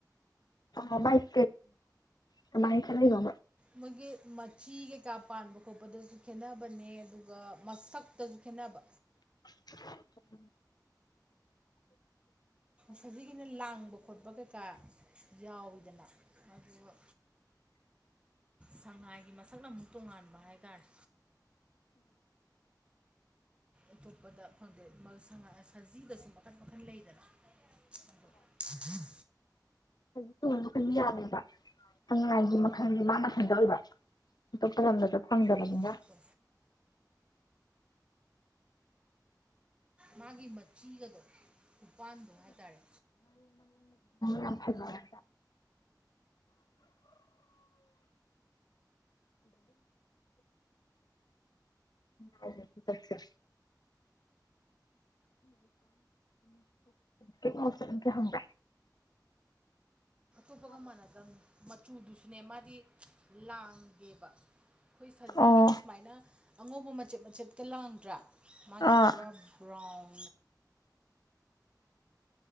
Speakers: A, on the left; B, on the right.
A: ꯑ ꯥꯏꯛ ꯀ ꯃꯥꯏ ꯆꯦ ꯂꯩꯕ
B: ꯃꯣꯏꯒꯤ ꯃꯆꯤ ꯀꯩꯀꯥ ꯄꯥꯟꯕ ꯈꯣꯠꯄꯗꯁꯨ ꯈꯦꯅꯕꯅꯦ ꯑꯗꯨꯒ ꯃꯁꯛꯇꯁꯨ ꯈꯦꯠꯅꯕ
A: ꯎ
B: ꯍꯧꯖꯤꯛꯒꯤꯅ ꯂꯥꯡꯕ ꯈꯣꯠꯄ ꯀꯩꯀꯥ ꯌꯥꯎꯋꯤꯗꯅ ꯑꯗꯨꯒ ꯁꯉꯥꯏꯒꯤ ꯃꯁ ꯁꯛꯅ ꯑꯃꯨꯛ ꯇꯣꯉꯥꯟꯕ ꯍꯥꯏꯇꯥꯔꯦ ꯑꯇꯣꯞꯄꯗ ꯐꯪꯗꯦ ꯁꯖꯤꯗꯁꯨ ꯃꯈꯟ ꯃꯈꯟ ꯂꯩꯗꯅ ꯎꯝ
A: ꯉ ꯇꯣꯡ ꯃꯈꯜ ꯌꯥꯝꯃꯦꯕ ꯑꯥꯏꯒꯤ ꯃꯈꯜꯒꯤ ꯃꯥ ꯃꯈꯜꯗ ꯑꯣꯏꯕ ꯇꯣꯞꯄ ꯂꯝꯗ ꯆ ꯊꯪꯗꯕꯅꯤꯒ
B: ꯃꯁꯛꯇꯣ ꯃꯥꯒꯤ ꯃꯆꯤꯒꯗꯣ ꯎꯄꯥꯟꯗꯣ ꯍꯥꯏꯇꯥꯔꯦ
A: ꯌꯥꯝ ꯐꯖ ꯑꯣꯏ ꯑꯣ ꯆꯆ ꯀ ꯃꯁ ꯀ ꯍꯪ
B: ꯑꯇꯨꯞꯄꯒ ꯃꯥꯟꯅꯗꯕꯅꯤ ꯃꯆꯨꯗꯨꯁꯨꯅꯦ ꯃꯥꯗꯤ ꯂꯥꯡꯒꯦꯕ ꯑꯩꯈꯣꯏ ꯁꯖꯤꯒꯤꯅ
A: ꯑꯣ
B: ꯁꯨꯃꯥꯏꯅ ꯑꯉꯧꯕ ꯃꯆꯦꯠ ꯃꯆꯦꯠꯀ ꯂꯥꯡꯗ꯭ꯔꯥ ꯃꯥꯒꯤꯅ
A: ꯑꯥ
B: ꯄꯨꯔꯥ ꯕ꯭ꯔꯥꯎꯟ